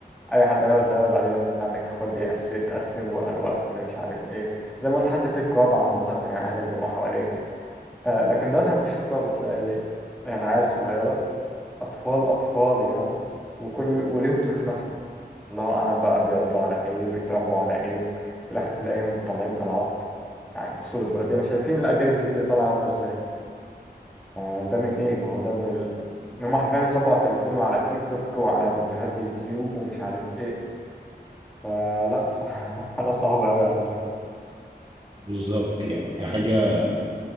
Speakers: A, in the centre; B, on the right.
A: اي حد هيقعد هيقعد عليه لو انت عندك اخوات بيقسم تقسم بقى الوقت مش عارف ايه زي ما قلت حتى في رقابه عامه يعني اهلك بيبقوا حواليك آه لكن دلوقتي مفيش رقابه تلاقي يعني عيال صغيره اطفال اطفال يعني وكل وليهم تليفوناتهم الله اعلم بقى بيقعدوا على ايه بيتربوا على ايه وفي الاخر تلاقيهم طالعين طلعات يعني سودا ودينا شايفين الاجيال الجديده طالعه عامله ازاي فده من ايه ما هو ده من ال... ان هم حرفيا اتربوا على التليفون وعلى التيك توك وعلى فيديوهات يوتيوب ومش عارف ايه فلا صح <laughs> حاجة صعبة أوي عن زمان
B: بالظبط يعني حاجة